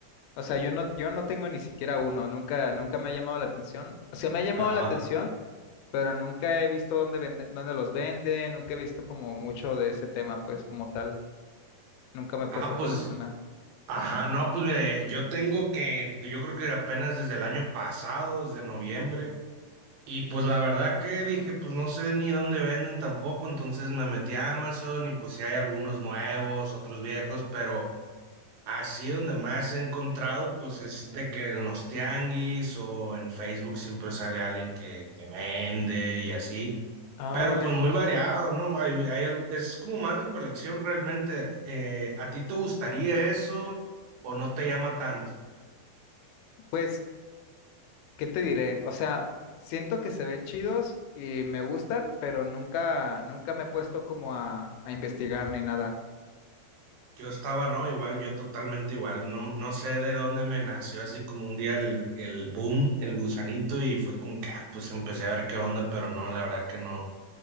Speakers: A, on the left; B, on the right.
A: O sea, yo no, yo no tengo ni siquiera uno. Nunca, nunca me ha llamado la atención. O sea, me ha llamado
B: Ajá.
A: la atención, pero nunca he visto dónde vende, dónde los venden. Nunca he visto como mucho de ese tema, pues, como tal. Nunca me he puesto
B: Ah,
A: a
B: pues.
A: coleccionar.
B: Ajá, no, pues mira, eh, yo tengo que, yo creo que apenas desde el año pasado, desde noviembre, y pues la verdad que dije, pues no sé ni dónde venden tampoco, entonces me metí a Amazon y pues sí hay algunos nuevos, otros viejos, pero así donde más he encontrado, pues es de que en los tianguis o en Facebook siempre sale alguien que, que vende y así.
A: Ah,
B: Pero
A: órale.
B: pues muy variado, ¿no? Hay, hay algo- es como más de colección realmente. Eh, ¿a ti te gustaría eso o no te llama tanto?
A: Pues. ¿Qué te diré? O sea, siento que se ven chidos y me gustan, pero nunca, nunca me he puesto como a, a investigar ni nada.
B: Yo estaba, ¿no? Igual, yo totalmente igual. No, no sé de dónde me nació así como un día el, el boom, el gusanito y fue como que, ah, pues empecé a ver qué onda, pero no, la verdad que no.